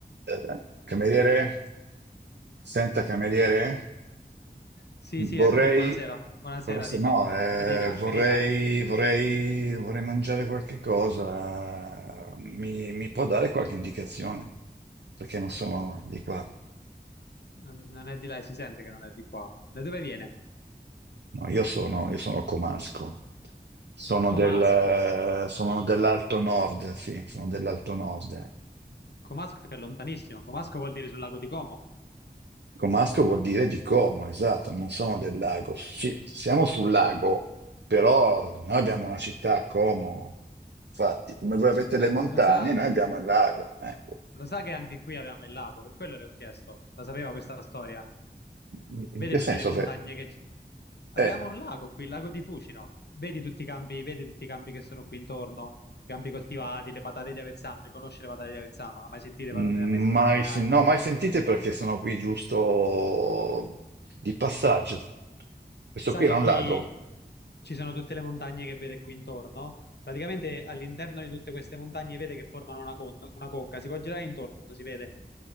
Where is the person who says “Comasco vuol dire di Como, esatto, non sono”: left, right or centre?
Right